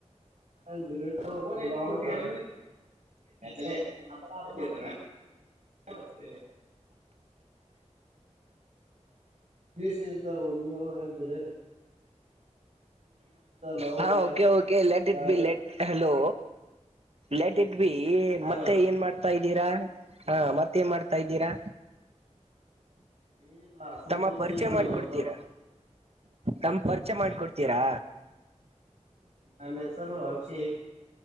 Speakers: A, on the right (about 70°); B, on the right (about 55°).
A: Romeo and Juliet <unintelligible> ಹೇ ಯಾಕಲೇ ಮಾತಾಡು <unintelligible> this is the Romeo and Juliet love
B: ಹಾ
A: as
B: okay okay let it
A: life
B: be let hello let it be
A: hello
B: ಮತ್ತೆ ಏನ್ ಮಾಡ್ತ್ ಏನ್ ಮಾಡ್ತಾ ಇದ್ದೀರಾ ಹಾ ಮತ್ತೇನ್ ಮಾಡ್ತಾ ಇದ್ದೀರಾ
A: <unintelligible>
B: ತಮ್ಮ ಪರಿಚಯ
A: ನೀವು
B: ಮಾಡಿಕೊಡ್ತೀರಾ
A: ಓದ್ಕೋ
B: ತಮ್ಮ ಪರಿಚಯ ಮಾಡಕೊಡ್ತೀರಾ
A: ನನ್ನ ಹೆಸರು ಅಭಿಷೇಕ್